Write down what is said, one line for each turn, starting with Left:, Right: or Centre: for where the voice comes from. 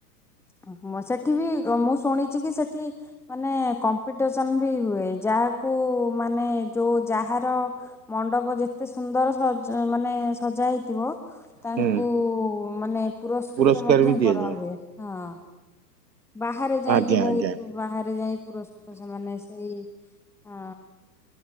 Centre: <unintelligible> ସେଠି ବି ମୁଁ ଶୁଣିଛି, କି ସେଠି ମାନେ କମ୍ପିଟିସେନ୍ ବି ହୁଏ। ଯାହାକୁ ମାନେ ଯୋଉ ଯାହାର-ଅ ମଣ୍ଡପ ଯେତେ ସୁନ୍ଦର ସଜ ମାନେ ସଜା ହେଇଥିବ। ତାଙ୍କୁ
Right: ହୁଁ
Centre: ମାନେ ପୁରସ୍କୃତ
Right: ପୁରସ୍କାର
Centre: ମଧ୍ୟ
Right: ବି ଦିଆଯାଏ
Centre: କରାହୁଏ। ହଁ ବାହାରେ ଯାଇକି
Right: ଆଜ୍ଞା
Centre: ବହୁତ
Right: ଆଜ୍ଞା
Centre: ବାହାରେ ଯାଇ ପୁରସ୍କୃତ ସେମାନେ ସେଇ ଅ